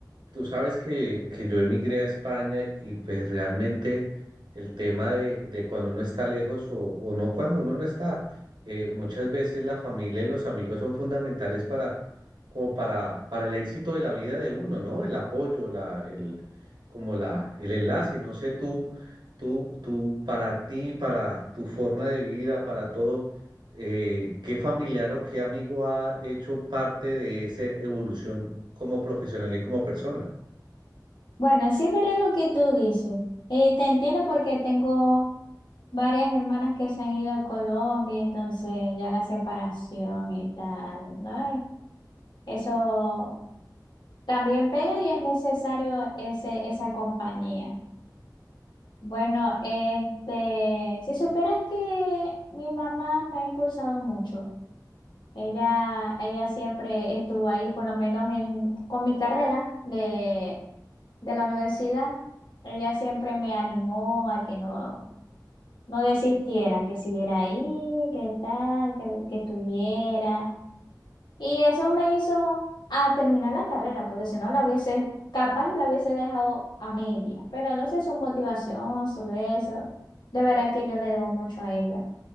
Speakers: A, on the right (about 85°); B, on the left (about 80°).
A: tú sabes que, que yo emigré a España y pues realmente el tema de, de cuando uno está lejos o, o no cuando uno no está, eh, muchas veces la familia y los amigos son fundamentales para, como para, para el éxito de la vida de uno, ¿no? El apoyo, la, el, como la, el enlace, no sé tú, tú, tú, para ti, para tu forma de vida, para todo eh, ¿qué familiar o qué amigo ha hecho parte de esa evolución como profesional y como persona?
B: Bueno, sí es verdad lo que tú dices. Eh, te entiendo porque tengo varias hermanas que se han ido a Colombia, entonces ya la separación y tal, ¿no? Eh, Eso también pega y es necesario ese, esa compañía. Bueno, este, si supieras que mi mamá me ha impulsado mucho. Ella, ella siempre estuvo ahí, por lo menos en, con mi carrera de, de la universidad. Ella siempre me animó a que no, no desistiera, que siguiera ahí, que tal, que, que estuviera. Y eso me hizo a terminar la carrera, porque si no la hubiese, capaz y la hubiese dejado a media. Pero no sé su motivación sobre eso. De verdad que yo le debo mucho a ella.